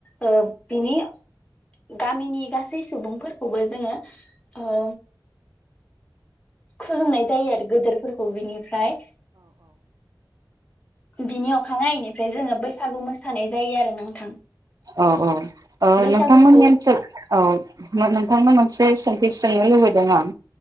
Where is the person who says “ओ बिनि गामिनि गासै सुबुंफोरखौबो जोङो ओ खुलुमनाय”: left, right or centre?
Left